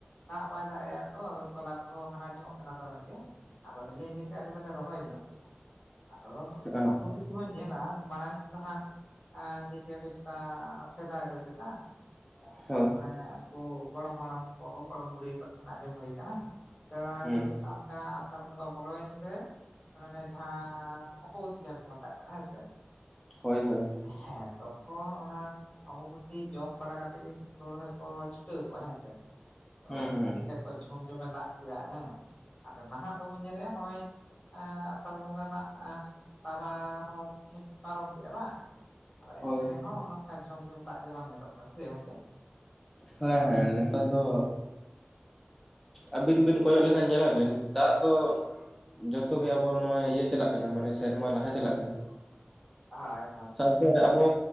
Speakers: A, on the left; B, in the centre.
A: ᱫᱟᱜ ᱵᱟᱭ ᱫᱟᱜ ᱮᱜᱼᱟ ᱛᱚ ᱟᱫᱚ ᱛᱚᱞᱟ ᱠᱚᱦᱚᱸ ᱦᱟᱨᱟ ᱧᱚᱜ ᱠᱟᱱᱟ ᱫᱚᱢᱮ ᱜᱮ ᱟᱫᱚ ᱤᱱᱟᱹ ᱤᱭᱟᱹ ᱟᱞᱮ ᱫᱚᱞᱮ ᱨᱚᱦᱚᱭ ᱧᱚᱜ ᱠᱮᱜᱼᱟ ᱟᱫᱚ
B: ᱟᱪᱪᱷᱟ
A: ᱟᱵᱚ ᱫᱚ ᱡᱩᱫᱤ ᱵᱚᱱ ᱧᱮᱞᱟ ᱢᱟᱲᱟᱝ ᱛᱮᱫᱚ ᱦᱟᱸᱜ ᱞᱟᱹᱭ ᱜᱮᱭᱟ ᱠᱚ ᱪᱮᱛᱟ ᱥᱮᱫᱟᱭ ᱫᱚ ᱪᱮᱛᱟ
B: ᱟᱪᱪᱷᱟ ᱦᱳᱭ
A: ᱢᱟᱱᱮ ᱜᱚᱲᱚᱢ ᱦᱟᱲᱟᱢ ᱠᱚ ᱜᱚᱲᱚᱢ ᱵᱩᱲᱦᱤ ᱠᱚ ᱴᱷᱮᱱ ᱟᱸᱡᱚᱢ ᱦᱩᱭ ᱠᱟᱱᱟ ᱥᱮᱫᱟᱭ
B: ᱦᱩᱸ
A: ᱫᱚ ᱪᱮᱛᱟ ᱟ ᱟᱥᱟᱲ ᱵᱚᱸᱜᱟ ᱵᱚᱞᱚᱭᱮᱱ ᱥᱮ ᱚᱱᱮ ᱡᱟᱦᱟᱸ ᱚᱢᱵᱚᱵᱚᱛᱤ ᱡᱟᱦᱟᱸ ᱠᱚ ᱢᱮᱛᱟᱜ ᱠᱟᱱᱟ ᱦᱮᱸᱥᱮ
B: ᱦᱳᱭ ᱦᱳᱭ
A: ᱦᱮᱸ ᱛᱚ ᱠᱷ ᱚᱱᱟ ᱟᱵᱚᱯᱛᱤ ᱡᱚᱢ ᱵᱟᱲᱟ ᱠᱟᱛᱮ ᱜᱮ ᱦᱩᱲᱩ ᱨᱦᱚᱭ ᱠᱚ ᱪᱷᱩᱴᱟᱹᱣ ᱠᱚᱣᱟ ᱦᱮᱸ ᱥᱮ ᱟᱫᱚ
B: ᱦᱩᱸ ᱦᱩᱸ
A: ᱴᱤᱠ ᱠᱚ ᱡᱷᱩᱢ ᱡᱷᱚᱢᱮ ᱫᱟᱜ ᱠᱮᱭᱟ ᱦᱮᱸ ᱟᱫᱚ ᱱᱟᱦᱟᱜ ᱫᱚᱵᱚᱱ ᱧᱮᱞᱮᱜᱼᱟ ᱱᱚᱜᱼᱚᱭ ᱟᱥᱟᱲ ᱵᱚᱸᱜᱟ ᱨᱮᱱᱟᱜ ᱛᱟᱨᱟ ᱦᱚᱸ ᱢᱚᱡᱽ ᱯᱟᱨᱚᱢ ᱜᱮᱭᱟ ᱵᱟᱝ
B: ᱦᱳᱭ
A: ᱨᱮ ᱦᱚᱸ ᱱᱚ ᱚᱱ ᱱᱚᱚᱱᱠᱟ ᱡᱚᱢ ᱡᱷᱚᱢ ᱫᱟᱜ ᱜᱮ ᱵᱟᱝ ᱧᱮᱞᱚᱜ ᱠᱟᱱᱟ ᱥᱮ ᱜᱚᱝᱠᱮ᱾
B: ᱦᱮᱸ ᱦᱮᱸ ᱱᱮᱛᱟᱨ ᱫᱚ ᱟᱹᱵᱤᱱ ᱵᱤᱱ ᱠᱚᱭᱚᱜ ᱞᱮᱠᱷᱟᱱ ᱧᱮᱞᱟᱵᱤᱱ ᱫᱟᱜ ᱫᱚ ᱡᱚᱛᱚᱜᱮ ᱟᱵᱚ ᱱᱚᱣᱟ ᱤᱭᱟᱹ ᱪᱟᱞᱟᱜ ᱠᱟᱱᱟ ᱢᱟᱱᱮ ᱥᱮᱨᱢᱟ ᱞᱟᱦᱟ ᱪᱟᱞᱟᱜ ᱠᱟᱱᱟ᱾
A: ᱦᱚᱭ ᱦᱚᱭ
B: ᱜᱚᱝᱠᱮ ᱟᱵᱚ